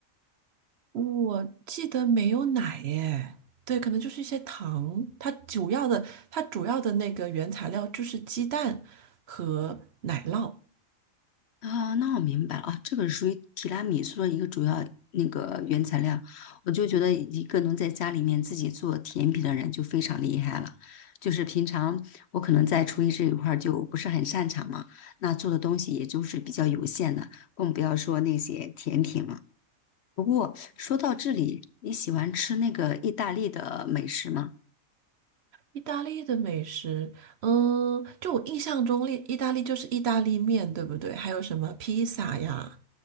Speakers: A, on the right; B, on the left.
A: 我记得没有奶耶，对，可能就是一些糖。它主要的，它主要的那个原材料就是鸡蛋和奶酪。
B: 啊，那我明白了啊，这个是属于提拉米苏的一个主要那个原材料。我就觉得一个能在家里面自己做甜品的人就非常厉害了。就是平常我可能在厨艺这一块儿就不是很擅长嘛，那做的东西也就是比较有限的，更不要说那些甜品了。不过说到这里，你喜欢吃那个意大利的美食吗？
A: 意大利的美食，嗯，就我印象中，意意大利就是意大利面，对不对？还有什么披萨呀